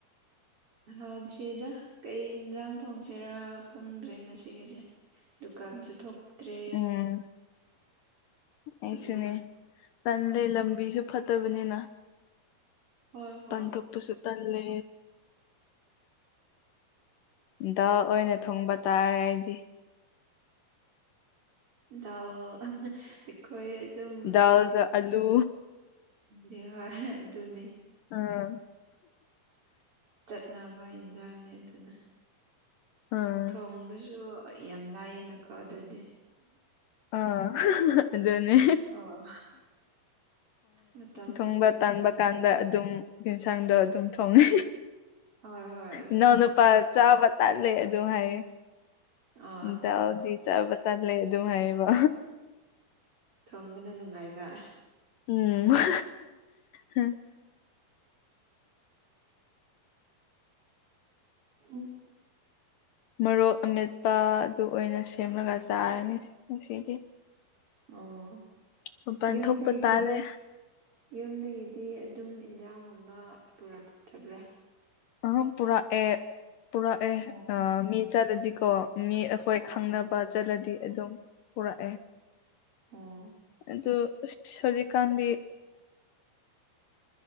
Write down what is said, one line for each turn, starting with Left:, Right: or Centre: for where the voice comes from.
Right: ꯊꯣꯛꯗ꯭ꯔꯤꯗ ꯀꯩ ꯌꯦꯟꯖꯥꯡ ꯊꯣꯡꯁꯤꯔꯥ ꯈꯪꯗ꯭ꯔꯦ ꯉꯁꯤꯒꯤꯁꯦ ꯗꯨꯀꯥꯟꯁꯨ ꯊꯣꯛꯇ꯭ꯔꯦ
Left: ꯎꯝ ꯑꯩꯁꯨꯅꯦ
Right: ꯎꯝ
Left: ꯇꯥꯜꯂꯦ ꯂꯝꯕꯤꯁꯨ ꯐꯠꯇꯕꯅꯤꯅ
Right: ꯍꯣꯏ
Left: ꯃꯄꯥꯟ
Right: ꯍꯣꯏ
Left: ꯊꯣꯛꯄꯁꯨ ꯇꯜꯂꯦ ꯗꯥꯜ ꯑꯣꯏꯅ ꯊꯣꯡꯕ ꯇꯥꯔꯦ ꯑꯩꯗꯤ
Right: ꯗꯥꯜ ꯑꯈꯣꯏ ꯑꯗꯨꯝ
Left: ꯗꯥꯜꯒ ꯑꯂꯨ
Right: ꯏꯗꯤ ꯍꯣꯢ ꯑꯗꯨꯅꯤ
Left: ꯑꯥ
Right: ꯆꯠꯅꯕ ꯏꯟꯖꯥꯡꯅꯦ ꯑꯗꯨꯅ
Left: ꯑꯥ
Right: ꯊꯣꯡꯕꯁꯨ ꯌꯥꯝ ꯂꯥꯏꯌꯦꯅꯀꯣ ꯑꯗꯨꯗꯤ
Left: ꯑ ꯑꯗꯨꯅꯦ
Right: ꯑꯣ ꯃꯇꯝꯁꯨ
Left: ꯊꯣꯡꯕ
Right: ꯆꯪꯗꯕꯅꯤꯅ
Left: ꯇꯥꯟꯕ ꯀꯥꯟꯗ ꯑꯗꯨꯝ ꯌꯦꯟꯁꯥꯡꯗꯣ ꯑꯗꯨꯝ ꯊꯣꯡꯉꯦ
Right: ꯍꯣꯏ ꯍꯣꯏ ꯑꯗꯨꯅꯤ
Left: ꯏꯅꯥꯎꯅꯨꯄꯥ ꯆꯥꯕ ꯇꯥꯜꯂꯦ ꯑꯗꯨꯝ ꯍꯥꯏꯌꯦ
Right: ꯑ
Left: ꯗꯥꯜꯗꯤ ꯆꯥꯕ ꯇꯜꯂꯦ ꯑꯗꯨꯝ ꯍꯥꯏꯌꯦꯕ
Right: ꯊꯣꯡꯕꯅ ꯅꯨꯡꯉꯥꯏꯕ
Left: ꯎꯝ ꯍꯥ ꯍꯥ
Right: ꯎꯝ
Left: ꯃꯣꯔꯣꯛ ꯑꯃꯦꯠꯄ ꯑꯗꯨ ꯑꯣꯏꯅ ꯁꯦꯝꯂꯒ ꯆꯥꯔꯅꯤ ꯉꯁꯤꯗꯤ
Right: ꯑꯣ
Left: ꯃꯄꯥꯟ
Right: ꯌꯨꯝꯗꯩꯗꯤ
Left: ꯊꯣꯛꯄ ꯇꯥꯜꯂꯦ
Right: ꯌꯨꯝꯗꯩꯒꯤꯗꯤ ꯑꯗꯨꯝ ꯏꯟꯖꯥꯡꯒꯨꯝꯕ ꯄꯨꯔꯛꯇꯕ꯭ꯔꯥ
Left: ꯑꯥ ꯄꯨꯔꯛꯑꯦ ꯄꯨꯔꯛꯑꯦ
Right: ꯑꯣ
Left: ꯑ ꯃꯤ ꯆꯠꯂꯗꯤꯀꯣ ꯃꯤ ꯍꯣꯏ
Right: ꯑꯣ
Left: ꯈꯪꯅꯕ
Right: ꯑꯣ
Left: ꯆꯠꯂꯗꯤ ꯑꯗꯨꯝ ꯄꯨꯔꯛꯑꯦ
Right: ꯑꯣ
Left: ꯑꯗꯨ ꯁꯣꯖꯤꯛꯀꯥꯟꯗꯤ